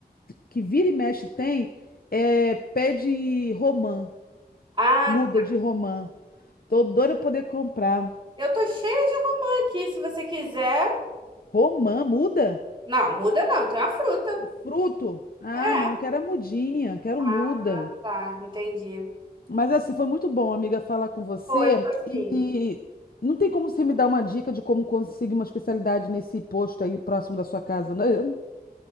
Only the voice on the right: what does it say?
Ah,
Eu tô cheia de romã aqui, se você quiser.
Não, muda não, tem uma fruta.
É.
Ah,
tá, entendi.
Foi, foi
sim.